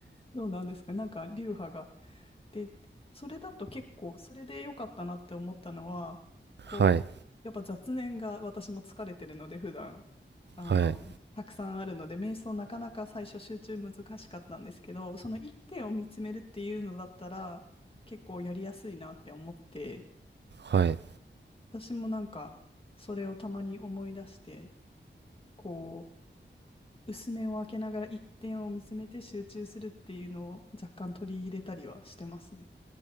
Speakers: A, on the left (about 30°); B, on the right (about 60°).
A: そうなんですか。なんか流派がで、それだと結構、それで良かったなって思ったのは、こう、
B: い。
A: やっぱ雑念が私も疲れてるので、普段、あの、
B: はい。
A: たくさんあるので、瞑想なかなか最初集中難しかったんですけど、その一点を見つめるっていうのだったら、結構やりやすいなって思って、
B: はい。
A: 私もなんか、それをたまに思い出して、こう、薄目を開けながら一点を見つめて集中するっていうのを若干取り入れたりはしてますね。